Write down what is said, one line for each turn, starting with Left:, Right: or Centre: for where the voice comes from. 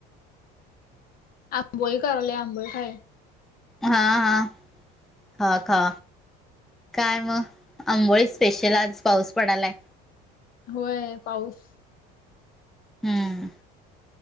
Left: आंबोळी करायला आंबोळी खाय
Centre: हा हा खा खा काय मग आंबोळी स्पेशल आज पाऊस पडायलाय.
Left: होय पाऊस.
Centre: हम्म.